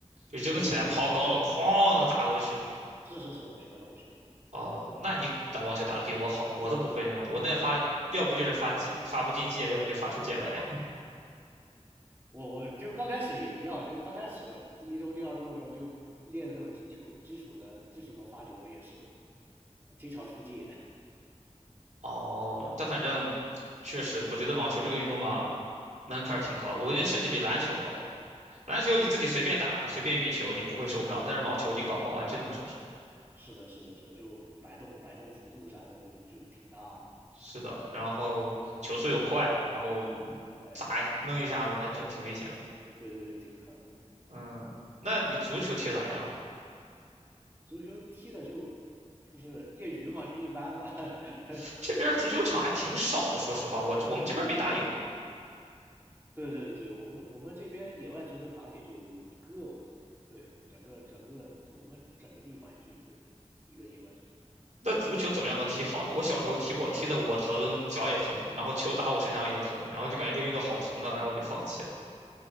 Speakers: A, on the right (about 80°); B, on the right (about 20°).
A: 就扔起来抛高了，
B: 所以我也学了，
A: 哐砸过去。
B: 是是是，我学了，我学了。
A: 哦，
B: 对，
A: 那你打网球打得比我好，我都不会那样的。我那发要不就是发界发不进界，要不就发出界外。
B: 我我就刚开始也一样，就是刚开始第一周、第二周的时候就练这种基础基础的基础的发球，也是经常出界。
A: <laughs> 哦，但反正确实，我觉得网球这个运动嘛，门槛儿挺高的，我觉得甚至比篮球高。篮球你自己随便打，随便运球，你不会受伤，但是网球你搞不好还真能受伤。
B: 是的，是的，是的，就摆动摆动幅度啥的，就就挺大的，
A: 是的，然后球速又快，然后
B: 就节奏快，
A: 砸一弄一下子还真挺危险的。
B: 对，对对，就挺疼的。
A: 嗯，那你足球踢咋样？
B: 足球踢的就就是业余嘛，就一般吧。<laughs>
A: <sniffs> 这边足球场还挺少的，说实话，我这我们这边没大有。
B: 对对对，我们我们这边野外足球场也就一个，我记得。对，整个整个我们整个地方也就一个一个野外足球场。
A: 那足球怎么样能踢好呢？我小时候踢过，踢的我疼，脚也疼，然后球砸我身上也疼，然后就感觉这个运动好疼啊，然后我就放弃了。